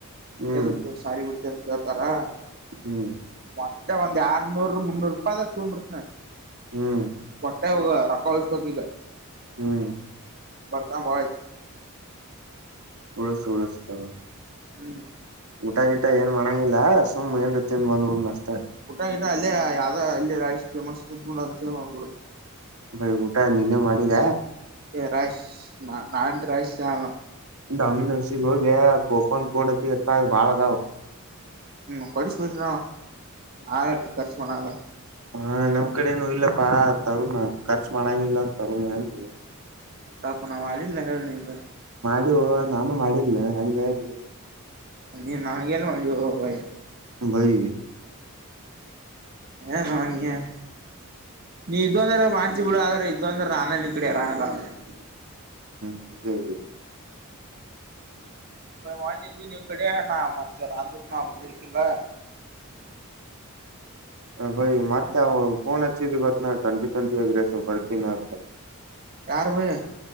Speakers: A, on the right; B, on the right.
A: ಹ್ಮ್
B: ಎೊಡ್ ಸಾಲ ಬಿಡ್ತಂತ ಕೇಳ್ತಾರಾ
A: ಹ್ಮ್
B: ಮತ್ತೆ ಒಂದ್ ಯರ್ನೂರು ಮುನ್ನೂರು ರೂಪಾಯಿದಾಗ ತಗೊಂಡ್ಬಿಡ್ತನ
A: ಹ್ಮ್
B: ಒಟ್ಟ ಹ ರೊಕ್ಕೊಳಿಸ್ಬೇಕ ಈಗ
A: ಹ್ಮ್
B: ಬರ್ತಾಮ ಭಜ
A: ಉಳಸು ಉಳಸತರ
B: ಹ್ಮ್
A: ಊಟ ಗಿಟ ಏನ್ ಮಾಡಂಗಿಲ್ಲ ಸುಮ್ ಏನ್ರುತ್ತ ಬಂದ್ಬು ಅಷ್ಟ
B: ಊಟ ಗಟ ಅಲ್ಲೇ ಯಾವ್ದ ಅಲ್ಲಿ ರೈಸ್ ಫೇಮಸ್ ಇದ್ಡ ಮಾಡ್ಬಿಡ
A: ಬರಿ ಊಟ ನೀನ್ನೇ ಮಾಡಿದ
B: ರೈಸ್ ನಾ ನಾನಟ ರೈಸ್ ಚಾಣಲ್ಲ
A: ಅಮ್ಮಿನ್ ಹಷಿ ಹೋಗ ಕೋಪನ್ ಕಡತಿ ಇರ್ತಾವ ಬಾಳ ಅದಾವ್
B: ಹ್ಮ್ ಕುಡಿಿಸಿು ಬಿ ನಾಲೆಟ ಖರ್ಚುಣಲ್ಲ
A: ಹಾ ನಮ್ ಕಡೆನುೂ ಇಲ್ಲಪ್ಪಾ ತರುಣ ಖರ್ಚು ಮಾಡಂಗಿಲ್ಲ ತರುಣ ಅನ್
B: ಅ ನಾವು ಅಳ್ಳಿ ನರ ನೀ್ರ
A: ಇದು ನಾನು ಮಾಡಿಲ್ಲ ಹಂಗಾಗಿ
B: ನೀ ನಗೆಲ್ಲ ಮ ಹ
A: ಭೈ
B: ಹ ನನಿಯ <unintelligible> ನೀ ಇದೊಂದ್ರ ಮಾಡ್ಚಿ ಬಿಡು ಆದ್ರೆ ಇದ್ೊಂದ್ರ ನಾನ ನಿ ಕಡೆ ರಾನಲ್ಲ <unintelligible>
A: ಹದೌದೌದು
B: ಮಾಡಲಿ ದನಿ ಕಡೆ ನ ಮಸ ರಂದ ನ ಅದರಿ ಕಲ್ಲ <inaudible>
A: ಬಯ್ ಮತ್ತೆ ಫೋನ್ ಹಚ್ಚಿದ ಗೊತ್ತ ನ ಟ್ವೆಂಟಿ ಟ್ವೆಂಟಿ ಆಗ ರಸ ಬರ್ತೀನ ಮತ್ತ
B: ಯಾರ್ ಬೈ